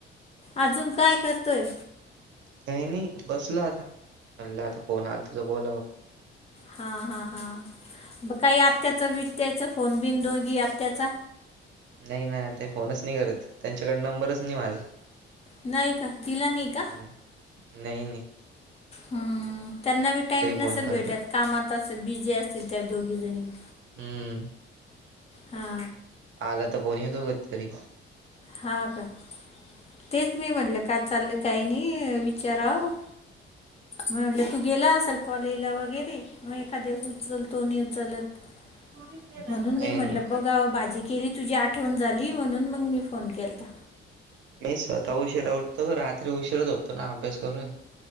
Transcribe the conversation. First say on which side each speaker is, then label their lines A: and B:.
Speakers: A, on the left; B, on the right.
A: अजून काय करतोय?
B: काय नाई बसलो आता म्हणलं आता फोन आल तूझं बोलावं.
A: हा हा हा. बग काही आत्याच बीत्याचा फोन बिन दोघी आत्याचा?
B: नाही ना ते फोनच नाही करत त्यांच्याकडे नंबरच नाही माझ.
A: नाही का दिला नाही का
B: नाय नाई नाई.
A: हम्म त्यांना बी टाईम
B: फोन
A: नसल
B: करता.
A: भेटत कामात असेल बिझी असतील त्या दोघी जणी.
B: हम्म.
A: हा.
B: आला त फोण येतो कधतरी.
A: हा का, तेच मी म्हटलं का चाललं काही नाही विचारावं. म म्हणलं तू गेला असल कॉलेजला वगैरे. म एखाद्यास उचलल तो नई उचलत
B: नाही,
A: म्हणून मी म्हटलं
B: नाही.
A: बघा भाजी केली तुझी आठवण झाली म्हणून मग मी फोन केलता.
B: मी स्वतः उशीरा उठतो रात्री उशीरा झोपतो ना अंभ्यास करून.